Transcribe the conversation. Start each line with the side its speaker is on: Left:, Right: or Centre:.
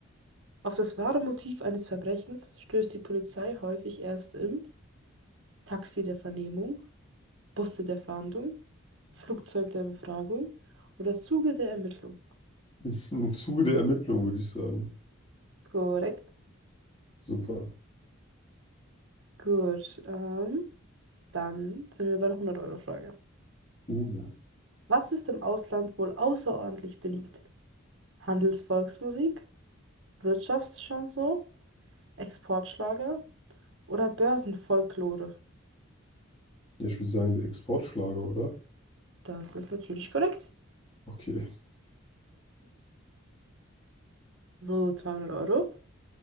Right: Auf das wahre Motiv eines Verbrechens stößt die Polizei häufig erst im Taxi der Vernehmung, Busse der Fahndung, Flugzeug der Befragung oder Zuge der Ermittlung.
Left: <laughs> Im Zuge der Ermittlungen würde ich sagen.
Right: Korrekt.
Left: Super.
Right: Gut, ähm, dann sind wir bei der 100-Euro-Frage.
Left: Uh, ja.
Right: Was ist im Ausland wohl außerordentlich beliebt? Handelsvolksmusik, Wirtschaftschanson, Exportschlager oder Börsenfolklore?
Left: Ja, ich würde sagen, der Exportschlager, oder?
Right: Das ist natürlich korrekt.
Left: Okay.
Right: So, 200 Euro.